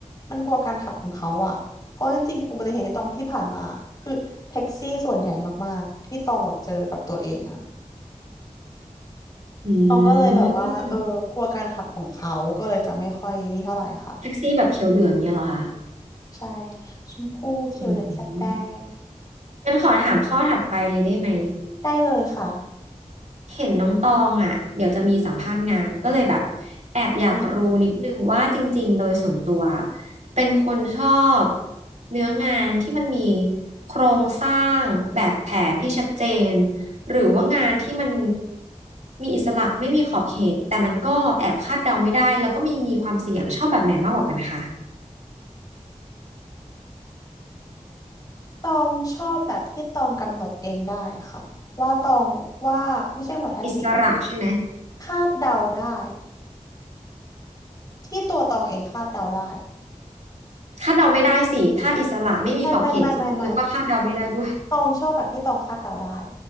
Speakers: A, on the left; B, on the right.
A: มันกลัวการขับของเขาอะเพราะจริงๆอุบัติเหตุที่ตองพี่ผ่านมาคือแท็กซี่ส่วนใหญ่มากๆที่ตองแบบเจอกับตัวเองอะ
B: อื
A: ตองก็เลยแบบว่าเออกลัวการขับของเขาก็เลยจะไม่ค่อยนี่เท่าไหร่ค่ะ
B: มแท็กซี่แบบเขียวเหลืองเนี้ยเหรอคะ
A: ใช่ชมพูเขียวเหลืองแฟดแดง
B: อืมงั้นขอถามข้อถัดไปเลยได้ไหม
A: ได้เลยค่ะ
B: เห็นน้องตองอ่ะเดี๋ยวจะมีสัมภาษณ์งานก็เลยแบบแอบอยากรู้นิดนึงว่าจริงๆโดยส่วนตัว
A: นี่
B: เป็นคนชอบเนื้องานที่มันมีโครงสร้างแบบแผนที่ชัดเจนหรือว่างานที่มันมีอิสระไม่มีขอบเขตแต่มันก็แอบคาดเดาไม่ได้แล้วก็มีมีความเสี่ยงชอบแบบไหนมากกว่ากันคะ
A: ตองชอบแบบที่ตองกำหนดเองได้ค่ะว่าตองว่าไม่ใช่หมดได้สิ
B: อิสระใช่ไหม
A: คาดเดาได้ที่ตัวตองเองคาดเดาได้
B: คาดเดาไม่ได้สิถ้าอิสระไม่มีขอบเขตแล้วก็คาดเดาไม่ได้ด้วย
A: ไม่ไม่ไม่ไม่ไม่ตองชอบแบบที่ตองคาดเดาได้